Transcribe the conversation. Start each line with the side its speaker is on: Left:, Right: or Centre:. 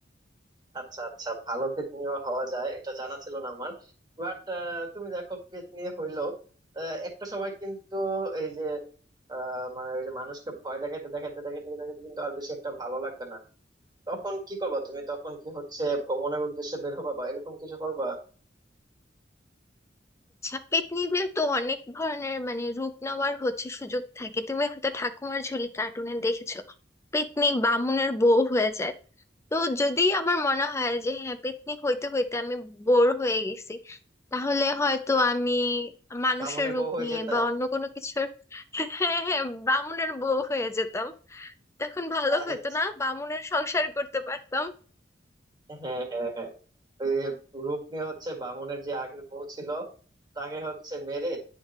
Right: আচ্ছা আচ্ছা ভালো পেতনিও হওয়া যায় এটা জানা ছিল না আমার বাট তুমি দেখো পেতনি হইলো আহ, একটা সময় কিন্তু এই যে আহ, মানে ওই যে মানুষকে ভয় দেখাতে দেখাতে দেখাতে দেখাতে কিন্তু আর বেশি একটা ভালো লাগবে না তখন কি করবা তুমি তখন কি হচ্ছে ভ্রমণের উদ্দেশ্যে বের হবা বা এরকম কিছু করবা
Left: আচ্ছা পেতনিদের তো অনেক ধরনের মানে রূপ নেওয়ার হচ্ছে সুযোগ থাকে তুমি হয়তো ঠাকুমার ঝুলি কার্টুনে দেখেছো পেতনি বামুনের বউ হয়ে যায় তো যদি আমার মনে হয় যে হ্যাঁ পেত্নী হইতে হইতে আমি বোর হয়ে গেছি তাহলে হয়তো আমি মানুষের
Right: বামুনের
Left: রূপ
Right: বউ হয়ে
Left: নিয়ে
Right: যেতা
Left: বা অন্য কোনো কিছুর <laughs> হ্যাঁ হ্যাঁ বামুনের বউ হয়ে যেতাম তখন ভালো
Right: আহ,
Left: হতো না বামুনের সংসার করতে পারতাম
Right: হ্যাঁ হ্যাঁ হ্যাঁ ওই রূপ নিয়ে হচ্ছে বামুনের যে আগের বউ ছিল তাকে হচ্ছে মেরে